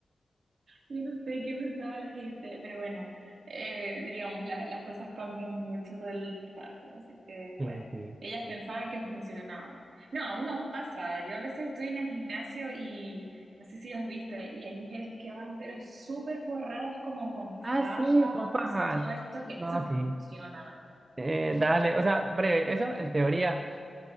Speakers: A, on the right; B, on the right.
A: Yo no sé qué pensaba la gente, pero bueno, eh, digamos, la- las cosas cambian mucho todo el rato, así que
B: Sí,
A: bueno,
B: sí.
A: ellas pensaban que funcionaba. No, aún aún pasa, yo a veces estoy en el gimnasio y no sé si has visto, y hay mujeres que van pero súper forradas como con
B: Ah,
A: fajas
B: sí, con pajas.
A: y todo esto, que
B: No,
A: eso no
B: sí.
A: funciona.
B: Eh, dale, o sea, breve, eso en teoría,